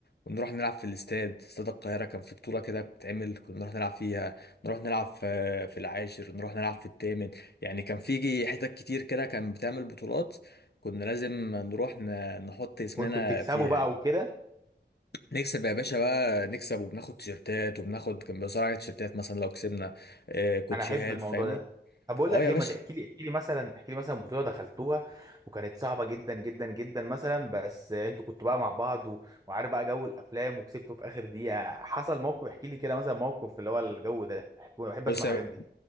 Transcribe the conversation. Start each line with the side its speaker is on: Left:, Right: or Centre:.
Left: ونروح نلعب في الاستاد استاد القاهرة كان في بطولة كده بتتعمل كنا نروح نلعب فيها نروح نلعب في في العاشر نروح نلعب في التامن يعني كان في جي- حتت كتير كده كان بتعمل بطولات كنا لازم نروح ن- نحط اسمنا
Right: كنت بتكسبه
Left: فيها
Right: بقى
Left: يعني
Right: وكده
Left: نكسب يا باشا بقى نكسب وبناخد تيشيرتات وبناخد كان بيوزعوا علينا تيشيرتات مثلا لو كسبنا آه، كوتشيهات
Right: انا احب الموضوع
Left: فاهمني
Right: ده طب بقول
Left: اه
Right: لك
Left: يا
Right: ايه
Left: باشا
Right: ما تحكي لي احكي لي مثلا احكي لي مثلا بطوله دخلتوها وكانت صعبه جدا جدا جدا مثلا بس انتوا كنتوا بقى مع بعض و... وعارف بقى جو الافلام وكسبتوا في اخر دقيقه حصل موقف احكي لي كده مثلا موقف اللي هو الجو ده أحب- بحب
Left: بص
Right: اسمع
Left: يا
Right: الحاجات دي